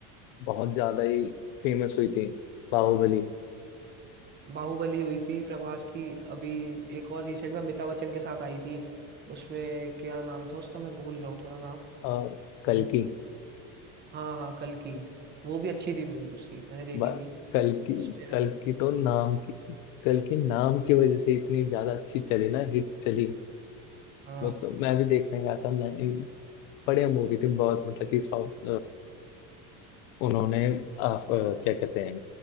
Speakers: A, on the left (about 80°); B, on the right (about 25°).
A: बहुत ज्यादा ही फेमस हुई थी बाहुबली
B: बाहुबली हुई थी प्रभास की अभी एक और रिसेंट में अमिताभ बच्चन के साथ आई थी उसमें क्या नाम था उसका मैं भूल रहा हूँ थोड़ा
A: आ, कल
B: नाम
A: की
B: हाँ हाँ कल की वो भी अच्छी थी फिल्म उसकी मैंने देखी
A: ब-
B: थी
A: कल की
B: उसपे
A: कल की तो नाम की कल की नाम की वजह से इतनी ज्यादा अच्छी चली ना हिट चली
B: हाँ
A: वो तो मैं भी देखने गया था ना इन बढ़िया मूवी थी बहुत मतलब कि साउथ उन्होंने अ, अ, क्या कहते हैं